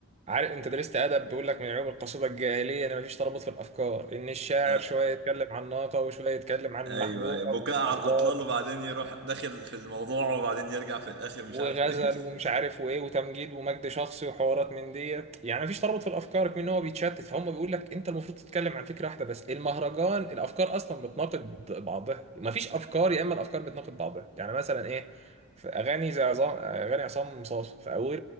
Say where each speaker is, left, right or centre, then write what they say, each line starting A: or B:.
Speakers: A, on the right; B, on the right.
A: عارف انت درست ادب بيقول لك من عيوب القصيده الجاهليه ان مفيش ترابط في الافكار ان الشاعر
B: آه،
A: شويه يتكلم عن ناقه وشويه يتكلم عن
B: ايوه
A: محبوبه
B: أيوة. بكاء
A: وعن
B: على
A: اطلال
B: الاطلال وبعدين يروح داخل في الموضوع وبعدين يرجع في الاخر مش
A: وغزل
B: عارف ايه
A: ومش عارف وايه وتمجيد ومجد شخصي وحوارات من ديت يعني مفيش ترابط في الافكار كمان هو بيتشتت فهم بيقول لك انت المفروض تتكلم عن فكره واحده بس المهرجان الافكار اصلا بتناقض بعضها مفيش افكار يا اما الافكار بتناقض بعضها يعني مثلا ايه في اغاني زي عظام اغاني عصام صاصا في اوله